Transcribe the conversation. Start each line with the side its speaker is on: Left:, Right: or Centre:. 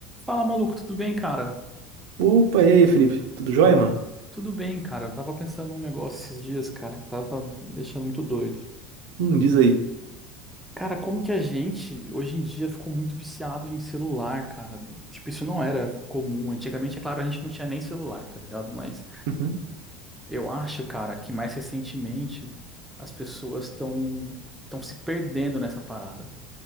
Centre: Fala, maluco, tudo bem, cara?
Right: Opa, e aí, Felipe? Tudo jóia, mano?
Centre: Tudo bem, cara. Eu tava pensando num negócio esses dias, cara, que tava me deixando muito doido.
Right: Hum, diz aí.
Centre: Cara, como que a gente hoje em dia ficou muito viciado em celular, cara? Do- Tipo, isso não era comum. Antigamente, é claro, a gente não tinha nem celular, tá ligado? Mas
Right: Uhum.
Centre: eu acho, cara, que mais recentemente as pessoas estão estão se perdendo nessa parada.